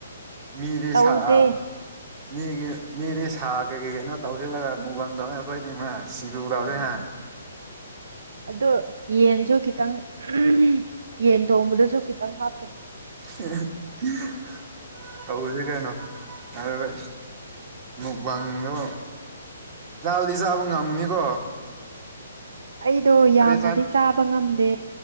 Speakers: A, on the right; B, on the right.
A: ꯃꯤꯗꯤ
B: ꯇꯧꯔꯨꯁꯦ
A: ꯁꯥ ꯃꯤꯒꯤ ꯃꯤꯗꯤ ꯁꯥ ꯀꯩ ꯀꯩ ꯀꯩꯅꯣ ꯇꯧꯁꯤꯜꯂꯒ ꯃꯨꯛꯃꯪꯗꯧꯅꯤ ꯑꯩꯈꯣꯏꯗꯤ ꯁꯤꯡꯖꯨ ꯇꯧꯁꯦ
B: ꯎꯝ ꯑꯗꯣ ꯌꯦꯟꯁꯨ ꯈꯤꯇꯪ <unintelligible> ꯌꯦꯟ ꯊꯣꯡꯕꯗꯁꯨ ꯈꯤꯇꯪ ꯍꯥꯞꯆꯩ
A: <unintelligible> ꯇꯧꯁꯦ ꯀꯩꯅꯣ ꯑꯗꯨꯒꯥ ꯃꯨꯛꯕꯥꯥꯡꯗꯣ ꯆꯥꯕꯗꯤ ꯆꯥꯕ ꯉꯝꯃꯨꯅꯤꯀꯣ
B: ꯑꯩꯗꯣ ꯌꯥꯝꯅꯗꯤ
A: ꯆꯥꯛ
B: ꯆꯥꯕ ꯉꯝꯗꯦ